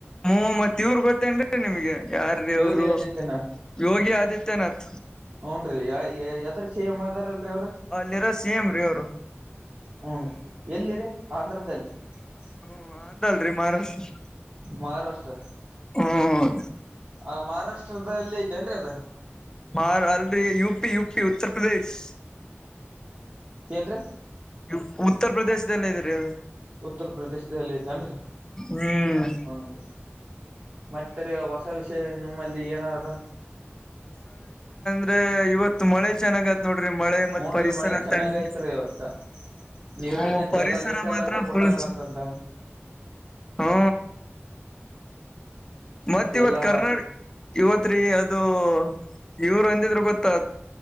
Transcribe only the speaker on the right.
ಯೋಗಿ
ಆದಿತ್ಯನಾಥ್
ಹ್ನ್ರೀ ಎದರ್ಷಿ ಲ್ೀ ಅವ್ರ
ಹ್ೀ <unintelligible> ಎಲ್ಲಿ ರೀ ಆಂಧ್ರದ ಇದದಲ್ಲಿ <unintelligible>
ಮಹಾರಾಷ್ಟ್ರ
ಆ ಮಹಾರಾಷ್ಟ್ರದಲ್ಲಿ ಜನರ ಅದ
ಏನ್ರೀ
ಉತ್ತರ ಪ್ರದೇಶದಲ್ಲಿ ಐತನ್ರರಿ
ಹನ್ರಿ ಮತ್ತರಿ ಹೊಸ ವಿಷಯ ನಿಮ್ಮಲ್ಲಿ ಏನಾದ್ರ
ಹೂನ್ರಿ
ಮಳೆ ಚೆನ್ನಾಗ
ಐತ್ರಿ ಇವತ್ತ ನೀವ್
ಹೇಳ್ದಂಗ
ಎಲ್ಲಾ ರೆಡ್
ಅಲರ್ಟ್ ಕೊಟ್ಟಾರ
ಅಂತಂತ
ಎಲ್ಲಾ